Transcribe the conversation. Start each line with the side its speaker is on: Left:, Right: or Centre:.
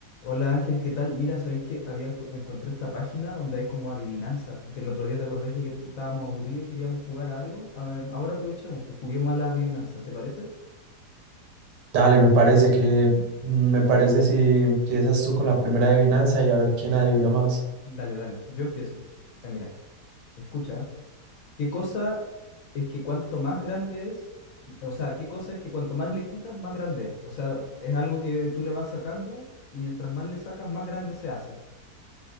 Left: Hola Ángel, ¿qué tal? Mira, sabéis que había enco- encontré esta página donde hay como adivinanza, que el otro día te acordé que estábamos aburridos y queríamos jugar a algo. Ah, Em, ahora aprovechemos, pues juguemos a la adivinanza, ¿te parece?
Right: Dale, me parece que, me parece si empiezas tú con la primera adivinanza y a ver quién adivina más.
Left: Dale, dale, yo empiezo. Ya mira, escucha, ¿eh? ¿qué cosa es que cuanto más grande es, o sea, qué cosa es que cuanto más le quitas, más grande es? O sea, es algo que tú le vas sacando y mientras más le sacas, más grande se hace.